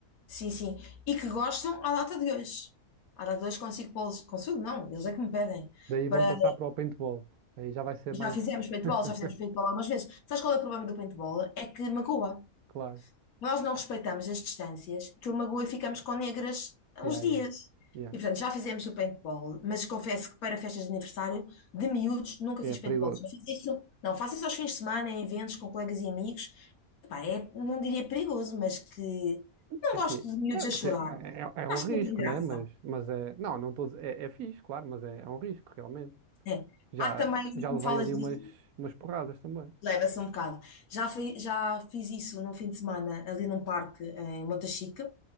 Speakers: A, on the left (about 75°); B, on the right (about 75°).
A: Sim, sim. E que gostam à data de hoje. À data de hoje consigo pô-los. Consigo, não, eles é que me pedem.
B: Daí
A: Para...
B: vão passar para o paintball. Aí já vai ser mais.
A: Já fizemos
B: <laughs>
A: paintball, já fizemos paintball algumas vezes. Sabes qual é o problema do paintball? É que magoa
B: Claro.
A: nós não respeitamos as distâncias, que o magoa e ficamos com negras
B: Yeah,
A: uns dias.
B: yeah. Yeah.
A: E portanto, já fizemos o paintball, mas confesso que para festas de aniversário, de miúdos, nunca fiz
B: É perigoso.
A: paintball. Já fiz isso, não, faço isso aos fins de semana, em eventos com colegas e amigos. Epá, é, não diria perigoso, mas que não
B: É
A: gosto
B: assim.
A: de miúdos
B: É,
A: a
B: quer
A: chorar.
B: dizer, é, é é um
A: Acho
B: risco,
A: que não tem graça.
B: né? Mas, mas é. Não, não estou. É, é fixe, claro, mas é, é um risco, realmente.
A: É.
B: Já,
A: Há também,
B: já
A: como
B: levei
A: falas
B: ali
A: disso,
B: umas, umas porradas também.
A: leva-se um bocado. Já, fui- já fiz isso num fim de semana ali num parque em Montachique.